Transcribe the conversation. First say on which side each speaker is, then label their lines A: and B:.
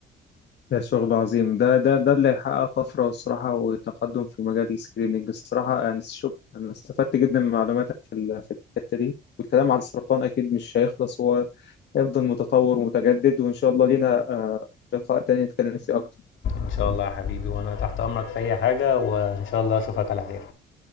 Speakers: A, on the left; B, on the left.
A: ده شغل عظيم ده ده ده اللي هيحقق طفرة والصراحة وتقدم في مجال السكريننج الصراحة يعني شوف أنا استفدت جدا من معلوماتك في ال- في الحتة دي والكلام على السرطان أكيد مش هيخلص هو هيفضل متطور ومتجدد وإن شاء الله لينا آه، لقاء تاني نتكلم فيه أكتر
B: ان شاء الله يا حبيبي وانا تحت امرك في اي حاجه وان شاء الله اشوفك على خير